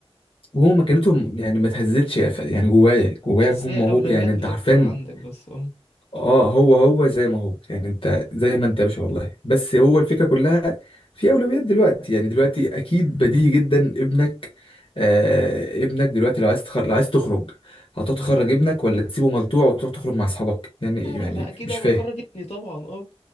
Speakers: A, on the left; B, on the left.
A: وهم مكانتهم يعني ما تهزتش يعني جوايا جوايا
B: بس
A: هم
B: هي اولويات
A: هو يعني
B: بتكتر
A: انت عارفين
B: عندك بس اه
A: اه هو هو زي ما هو يعني انت زي ما انت يا باشا والله بس هو الفكره كلها في اولويات دلوقتي يعني دلوقتي اكيد بديهي جدا ابنك آه ابنك دلوقتي لو عايز تخرج لو عايز تخرج هتتخرج
B: مم.
A: ابنك ولا تسيبه ملطوع وتروح تخرج مع اصحابك يعني
B: لا
A: يعني
B: لا اكيد
A: مش
B: ابقى
A: فاهم
B: اخرج ابني طبعا اه